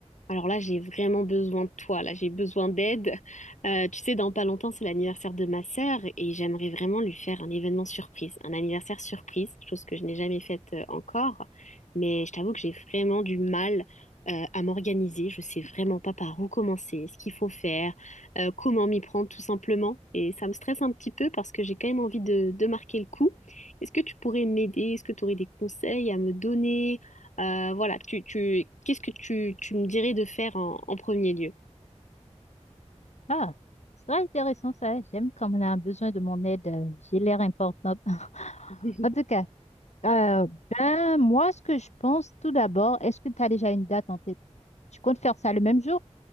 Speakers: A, on the left; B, on the left.
A: Alors là, j'ai vraiment besoin de toi, là, j'ai besoin d'aide. Euh, tu sais, dans pas longtemps, c'est l'anniversaire de ma sœur et j'aimerais vraiment lui faire un événement surprise, un anniversaire surprise, chose que je n'ai jamais faite euh, encore. Mais je t'avoue que j'ai vraiment du mal euh, à m'organiser. Je sais vraiment pas par où commencer, ce qu'il faut faire, euh, comment m'y prendre tout simplement. Et ça me stresse un petit peu parce que j'ai quand même envie de, de marquer le coup. Est-ce que tu pourrais m'aider? Est-ce que tu aurais des conseils à me donner? Euh, voilà, tu, tu, qu'est-ce que tu, tu me dirais de faire en, en premier lieu?
B: Ah, c'est très intéressant ça. J'aime quand on a besoin de mon aide. euh, J'ai l'air importante. <laughs>
A: <laughs>
B: En tout cas, euh, ben, moi, ce que je pense tout d'abord, est-ce que tu as déjà une date en tête? Tu comptes faire ça le même jour?